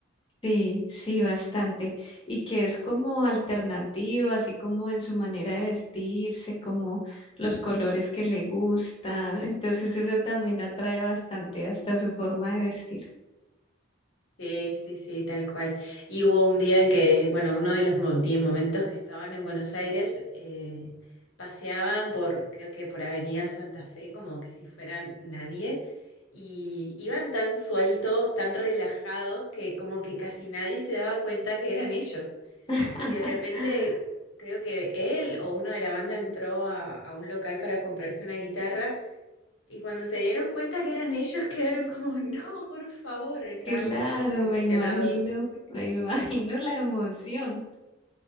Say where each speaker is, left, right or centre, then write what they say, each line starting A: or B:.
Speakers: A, on the left (about 25°); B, on the left (about 85°).
A: Sí, sí, bastante. Y que es como alternativo, así como en su manera de vestirse, como los colores que le gustan. <laughs> Entonces eso también atrae bastante hasta su forma de vestir.
B: Sí, sí, sí, tal cual. Y hubo un día en que, bueno, uno de los mo- 10 momentos que estaban en Buenos Aires, eh, paseaban por, creo que por Avenida Santa Fe, como que si fueran nadie, y iban tan sueltos, tan relajados, que como que casi nadie se daba cuenta que eran ellos.
A: <laughs>
B: Y de repente, creo que él o uno de la banda entró a, a un local para comprarse una guitarra. Y cuando se dieron cuenta que eran ellos, <laughs> quedaron como, no, por favor, estaban
A: Claro,
B: emocionados.
A: me imagino,
B: <laughs>
A: me <laughs> imagino la emoción.